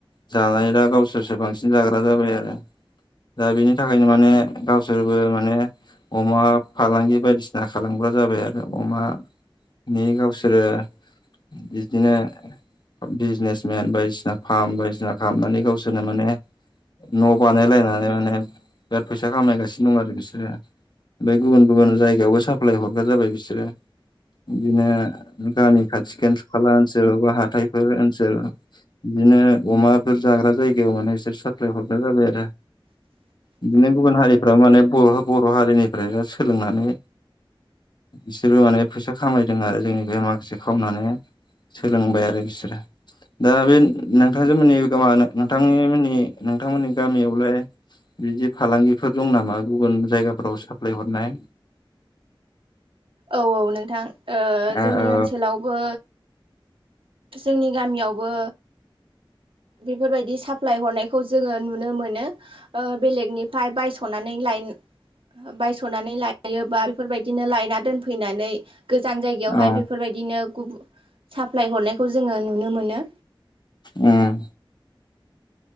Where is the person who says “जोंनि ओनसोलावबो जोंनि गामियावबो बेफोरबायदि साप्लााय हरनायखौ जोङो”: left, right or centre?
Right